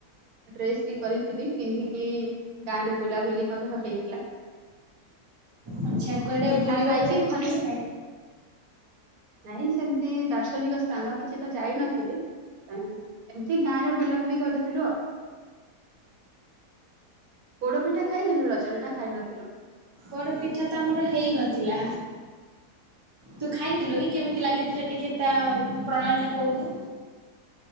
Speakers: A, on the right; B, on the right.
A: ଡ୍ରେସ ବି କରିଥିଲି ପିନ୍ଧିକି ଗାଁ ରେ ବୁଲାବୁଲି ମଧ୍ୟ ହେଇଥିଲା।
B: ଆଚ୍ଛା କୁଆଡେ
A: ପିଠା
B: ବୁଲିବାକୁ
A: ଖାଇକି
B: ଯାଇଥିଲି
A: ଘରେ
B: କି ନାଇ।
A: ନାଇଁ ସେମତି ଦାର୍ଶନିକ ସ୍ଥାନ କିଛି ତ ଯାଇନଥିଲି। କାହିଁକି ଏମତି ଗାଁ ରେ ବୁଲାବୁଲି କରିଥିଲୁ ଆଉ। ପୋଡପିଠା ଖାଇଥିଲୁ ରଜରେ ନା ଖାଇ ନଥିଲୁ।
B: ପୋଡପିଠା ତ ଆମର ହେଇନଥିଲା। ତୁ ଖାଇଥିଲୁ କି? କେମିତି ଲାଗିଥିଲା ଟିକେ ତା ପ୍ରଣାଳୀଟା କହୁନୁ।